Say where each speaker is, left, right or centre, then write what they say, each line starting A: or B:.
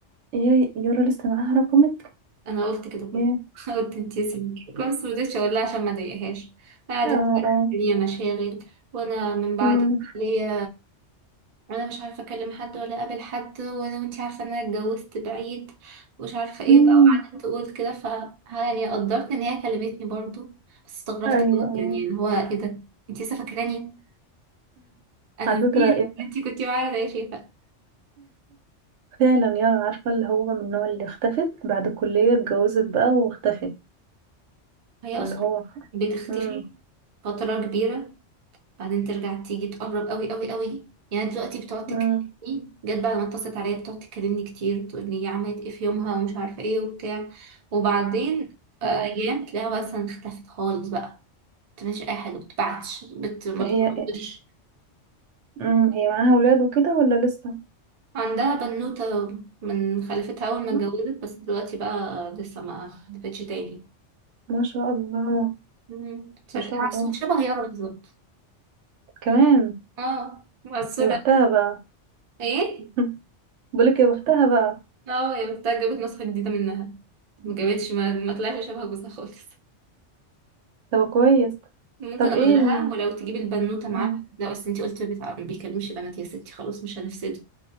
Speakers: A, on the right (about 75°); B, on the right (about 50°).
A: يا يارا لسه معاها رقمك
B: انا قلت كده برضه
A: يا
B: <laughs> قلت انت سمكي بس مرضتش اقول لها عشان ما اضايقهاش قعدت
A: اه
B: تقول لي
A: اه
B: الدنيا مشاغل وانا من بعد
A: مم.
B: الكليه وانا مش عارفه اكلم حد ولا اقابل حد وانا وانت عارفه ان انا اتجوزت بعيد ومش عارفه ايه
A: مم.
B: بقى وقعدت تقول كده ف يعني قدرت ان هي كلمتني برضه بس استغربت
A: ايوه
B: قوي
A: ايوه
B: يعني ان هو ايه ده انت لسه فاكراني انا
A: على
B: نسيت
A: فكرة يا-
B: إن انتي كنتي معايا يا شيخة
A: فعلا يارا عارفة اللي هو من النوع اللي اختفت بعد الكلية اتجوزت بقى واختفت
B: هي
A: اللي
B: اصلا
A: هو
B: بتختفي
A: مم.
B: فترة كبيرة بعدين ترجع تيجي تقرب قوي قوي قوي يعني دلوقتي بتقعد تكلمني
A: مم.
B: جت بعد ما اتصلت عليا بتقعد تكلمني كتير تقول لي عملت ايه في يومها ومش عارفة ايه وبتاع وبعدين
A: اه
B: آه، ايام تلاقيها مثلا اختفت خالص بقى مش اي حاجة بتبعتش بت... ما
A: هي
B: بتردش
A: مم. هي معاها ولاد وكده ولا لسه
B: عندها بنوتة من خلفتها أول ما اتجوزت
A: مم.
B: بس دلوقتي بقى لسه ما خلفتش تاني
A: ما شاء الله
B: مم. شكلها
A: ما شاء الله
B: شبه يارا بالظبط
A: كمان
B: اه مقصورة
A: يا بختها بقى
B: ايه
A: <laughs> بقولك يا بختها بقى
B: اه هي بتاعت جابت نسخة جديدة منها ما جابتش ما, ما طلعش شبه جوزها خالص
A: طب كويس
B: ممكن
A: طب
B: اقول
A: ايه
B: لها
A: هم-
B: ولو تجيبي البنوتة معاها
A: مم.
B: لا بس انتي قلتي بتاع- ما بيكلمش بنات يا ستي خلاص مش هنفسده